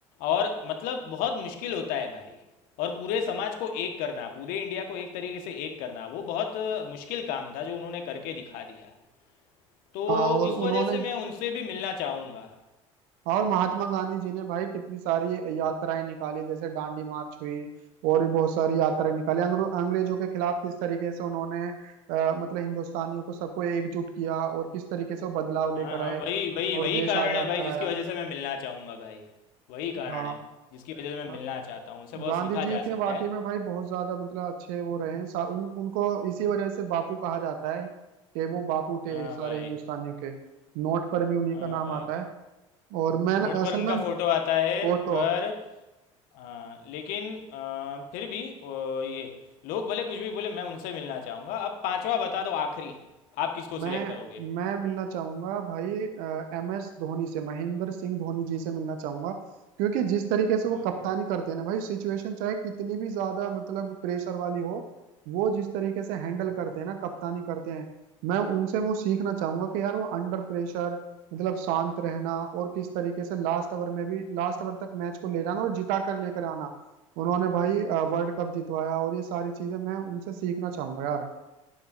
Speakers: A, on the left; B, on the right.
A: और मतलब बहुत मुश्किल होता है भाई और पूरे समाज को एक करना पूरे इंडिया को एक तरीके से एक करना वो बहुत अ, मुश्किल काम था जो उन्होंने करके दिखा दिया तो
B: हाँ और
A: इस
B: उन्होंने
A: वजह से मैं उनसे भी मिलना चाहूँगा
B: और महात्मा गांधी जी ने भाई कितनी सारी यात्राएं निकाली जैसे दांडी मार्च हुई और भी बहुत सारी यात्राएं निकाली अंग्रे- अंग्रेजों के खिलाफ किस तरीके से उन्होंने अ, मतलब हिंदुस्तानियों को सबको एकजुट किया और किस तरीके से वो बदलाव
A: हाँ
B: लेकर
A: हाँ
B: आए
A: वही वही
B: और
A: वही
B: देश
A: कारण
B: आजाद
A: है भाई
B: कराया
A: जिसकी वजह से मैं मिलना चाहूँगा भाई वही कारण
B: हाँ
A: है जिसकी वजह से मैं
B: हाँ,
A: मिलना चाहता हूँ उनसे बहुत
B: गांधी
A: सीखा
B: जी
A: जा
B: के
A: सकता
B: वाकई
A: है
B: में भाई बहुत ज्यादा मतलब अच्छे वो रहे हैं सा- उन, उनको इसी वजह से बापू कहा जाता है कि वो बापू थे
A: हाँ
B: सारे
A: भाई
B: हिंदुस्तानियों के नोट पर भी उन्हीं
A: हाँ
B: का नाम
A: भाई
B: आता है और मैं
A: नोट
B: असल
A: पर उनका
B: में
A: फोटो आता है
B: फोटो
A: पर हाँ लेकिन आ, फिर भी ओ, ये लोग भले कुछ भी बोले मैं उनसे मिलना चाहूँगा अब पांचवा बता दो आखिरी आप किसको
B: मैं
A: सिलेक्ट करोगे
B: मैं मिलना चाहूंगा भाई एम एस धोनी से महेंद्र सिंह धोनी जी से मिलना चाहूंगा क्योंकि जिस तरीके से वो
A: हाँ
B: कप्तानी
A: भाई
B: करते हैं ना भाई सिचुएशन चाहे कितनी भी ज्यादा मतलब प्रेशर वाली हो वो जिस तरीके से हैंडल
A: हम्म,
B: करते हैं ना कप्तानी करते हैं मैं उनसे वो सीखना चाहूंगा कि यार वो अंडर प्रेशर मतलब शांत रहना और किस तरीके से लास्ट ओवर में भी लास्ट ओवर तक मैच को ले जाना और जिता कर लेकर आना उन्होंने भाई वर्ल्ड कप जितवाया और ये सारी चीजें मैं उनसे सीखना चाहूंगा यार